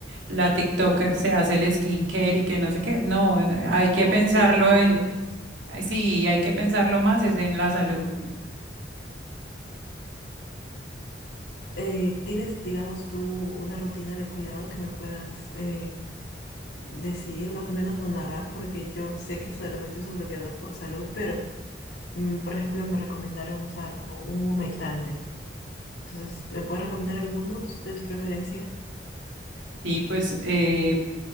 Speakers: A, on the right; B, on the left.
A: la TikToker se hace el skincare y que no sé qué. No, hay que
B: como
A: pensarlo
B: 20
A: Ay,
B: productos.
A: Sí, hay que pensarlo más, es en la salud.
B: Eh, ¿tienes, digamos, tú una rutina de cuidado que me puedas, eh, decidir más o menos o narrar, porque yo sé que solamente uso bloqueador por salud, pero mm, por ejemplo me recomendaron usar un humectante. Entonces, ¿me puedes recomendar algunos de tu preferencia?
A: Sí, pues eh,